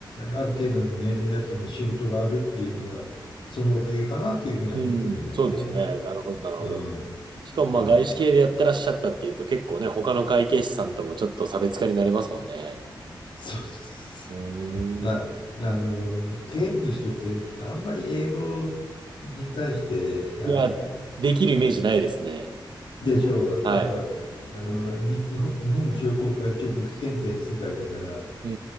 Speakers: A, on the left (about 75°); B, on the right (about 65°).
A: ある程度の年齢になっても仕事があるっていうのは、そのおかげかなっていうふうには思ってるんだよね。
B: うん、そうですね。なるほど、なるほど。
A: うん、
B: しかもまあ外資系でやってらっしゃったっていうと結構ね、
A: うん。
B: 他の会計士さんともちょっと差別化になりますもんね。
A: そうです。
B: うーん。
A: まあ、あの、経理の人って、あんまり英語に対して、あの、
B: いや、できるイメージないですね。
A: でしょう、
B: はい。
A: なんか、あの、に日本、日本商工会議所簿記検定の世界だから、
B: うん